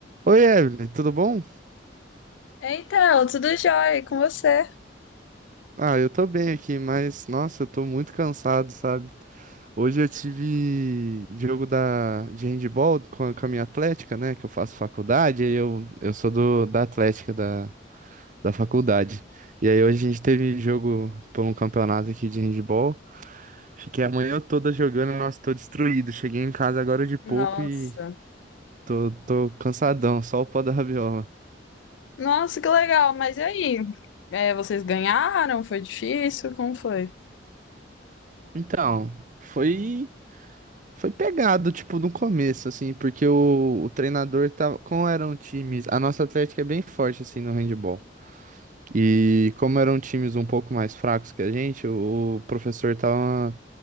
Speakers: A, on the right (about 45°); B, on the left (about 85°).
A: Oi, Evelyn, tudo bom?
B: Então, tudo jóia e com você?
A: Ah, eu tô bem aqui, mas nossa, eu tô muito cansado, sabe? Hoje eu tive jogo da, de handball com a, com a minha atlética, né? Que eu faço faculdade, aí eu, eu sou do, da atlética da, da faculdade. E aí hoje a gente teve jogo por um campeonato aqui de handball. Fiquei a manhã toda jogando, nossa, tô destruído. Cheguei em casa agora de pouco
B: Nossa.
A: e tô, tô cansadão, só o pó da rabiola.
B: Nossa, que legal, mas e aí? É, vocês ganharam? Foi difícil? Como foi?
A: Então, foi. Foi pegado, tipo, no começo, assim, porque o, o treinador tava. Como eram times. A nossa Atlética é bem forte, assim, no handball. E como eram times um pouco mais fracos que a gente, o, professor tava,